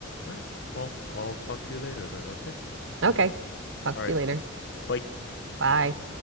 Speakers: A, on the left; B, on the right.
A: All right. Well, I'll talk to you later then, okay?
B: Okay. Talk
A: All right.
B: to you later.
A: Bye.
B: Bye.